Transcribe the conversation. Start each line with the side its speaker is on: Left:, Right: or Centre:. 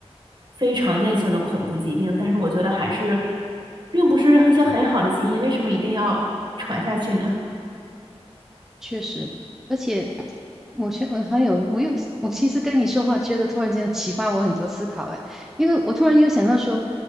Right: 非常见性的恐怖疾病。但是我觉得还是，并不是一些很好的基因，为什么一定要传下去呢？
Centre: 是而且我觉得，呃还有，我又，我其实跟你说话，觉得突然间启发我很多思考，哎，因为我突然又想到说，